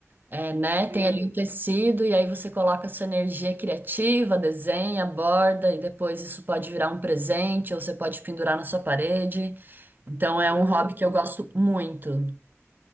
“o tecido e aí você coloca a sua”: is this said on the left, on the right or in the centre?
Right